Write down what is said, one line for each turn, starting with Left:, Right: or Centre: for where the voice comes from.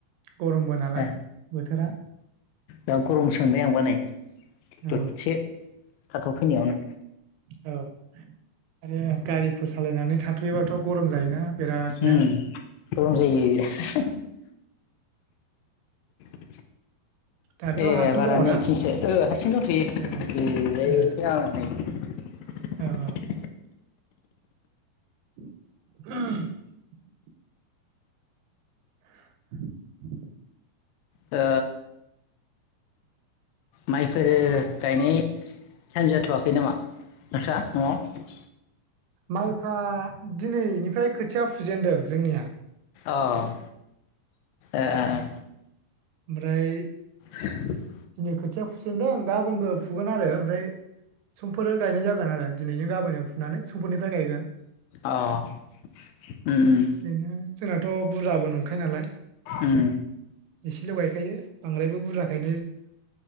Right: गरमबो नालाय
Left: दे
Right: बोथोरा
Left: दा गरम सो मोनबाय आंबा नै।
Right: औ
Left: ददसे थाथ'फैनायावनो।
Right: औ आरो गारिफोर सालायनानै थाथ'योबाथ' गरम जायोना। बिरादनो
Left: उम गरम जायो। <inaudible>
Right: दाथ'
Left: ए
Right: हारसिं
Left: बारा
Right: दङना
Left: नैथिंसो ओ हारसिं दं थ'यो
Right: ए ए
Left: <unintelligible>
Right: औ औ <unintelligible> <unintelligible>
Left: ओ माइफोरो गायनाय टाइम जाथ'वाखै नामा? नोंस्रा न'आव?
Right: माइफ्रा दिनैनिफ्राय खोथिया फुजेनदों जोंनिया।
Left: औ ए ए ए।
Right: ओमफ्राय
Left: <unintelligible>
Right: दिनै खोथिया फुसेेनदों गाबोनबो फुगोन आरो ओमफ्राय समफोरो गायनाय जागोन आरो दिनैजों गाबोनजों फुनानै समफोरनिफ्राय गायगोन।
Left: अ उम उम।
Right: ओरैनो जोंनाथ' बुरजाबो नंखाया नालाय।
Left: उम
Right: एसेल' गायखायो। बांद्रायबो बुरजा गाय